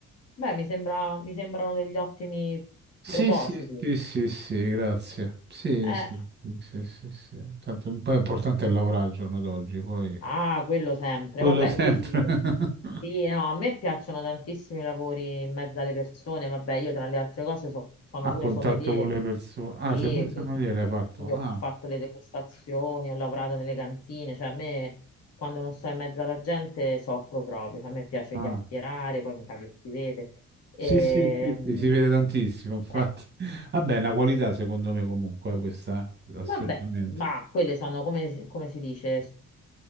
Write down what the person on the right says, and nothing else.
Sì,
sì, sì, sì, sì, grazie. Sì,
sì, sì, sì, sì, sì. Tanto, poi è importante il lavorare al giorno d'oggi, poi...
Quello
sempre.
<laughs>
A
contatto
con le persone. Ah,
sei pure sommeliere hai fatto.
Ah,
ah.
Sì, sì, sì, sì, si vede tantissimo, infatti.
<laughs> Vabbè, è una qualità secondo me comunque eh, questa, eh, assolutamente.